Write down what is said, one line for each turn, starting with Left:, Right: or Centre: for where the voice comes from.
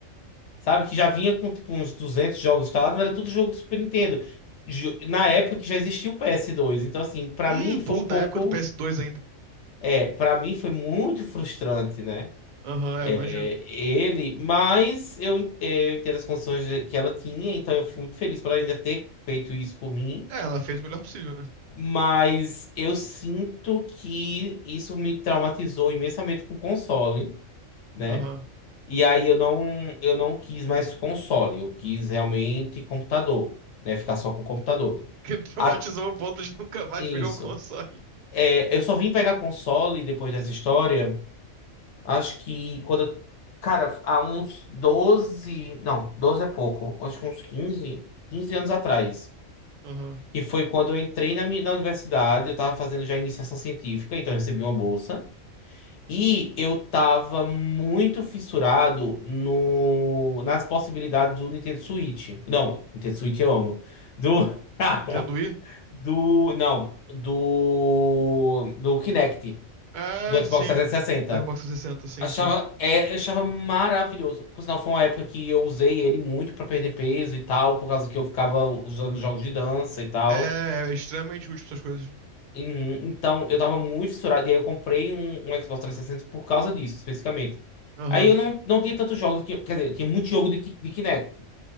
Left: Sabe, que já vinha com tipo uns 200 jogos instalados, mas era tudo jogo do Super Nintendo. Ju- Na época que já existia o PS2. Então, assim, para
Right: Hum,
Left: mim
Right: pô,
Left: foi um
Right: na
Left: pouco.
Right: época do PS2 ainda.
Left: É, para mim foi muito frustrante, né?
Right: Aham, é,
Left: É,
Right: eu imagino.
Left: ele, mas eu, en- é, eu entendo as condições de- que ela tinha, então eu fico muito feliz por ela ainda ter feito isso por mim.
Right: É, ela fez o melhor possível, né?
Left: Mas eu sinto que isso me traumatizou imensamente com o console. né?
Right: Aham. <laughs>
Left: E aí eu não, eu não quis mais console, eu quis realmente computador, né? Ficar só com computador.
Right: Que traumatizou
Left: A-
Right: o ponto de nunca mais
Left: isso.
Right: pegar um console.
Left: É, eu só vim pegar console depois dessa história, acho que quando. eu- Cara, há uns doze Não, 12 é pouco. Acho que uns quinze quinze anos atrás.
Right: Aham.
Left: Que foi quando eu entrei na, minha- na universidade, eu tava fazendo já iniciação científica, então eu recebi uma bolsa. E eu tava muito fissurado no, nas possibilidades do Nintendo Switch. Não, Nintendo Switch eu amo. Do.
Right: Nintendo Wii?
Left: <laughs> do. Não. Do. Do Kinect.
Right: Ah,
Left: Do Xbox
Right: sim.
Left: 360.
Right: Da Xbox 360, sim,
Left: Achava,
Right: sim.
Left: é, eu achava maravilhoso. Por sinal, foi uma época que eu usei ele muito pra perder peso e tal, por causa que eu ficava usando jogos de dança e tal.
Right: É, é extremamente útil pra essas coisas.
Left: Uhum, Então, eu tava muito fissurado, e aí eu comprei um, um Xbox 360 por causa disso, especificamente.
Right: Aham.
Left: Aí eu não, não tinha tantos jogos, eu tinha- quer dizer, eu tinha muito jogo de, Ti- de Kinect.